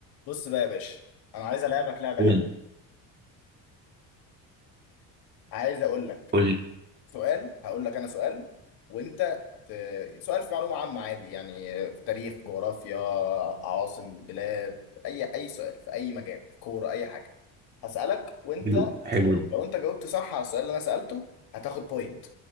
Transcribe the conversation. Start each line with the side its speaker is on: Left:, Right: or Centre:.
Left: بص بقى يا باشا انا عايز العبك لعبه
Right: قول
Left: حلوه عايز اقول لك
Right: قول
Left: سؤال هقول لك انا سؤال وانت ت... سؤال في معلومه عامه عادي يعني في تاريخ جغرافيا عواصم بلاد اي اي سؤال في اي مجال كوره اي حاجه هسالك وانت
Right: حلو حلو
Left: تجاوب
Right: ده
Left: لو انت جاوبت صح على السؤال اللي انا سالته هتاخد بوينت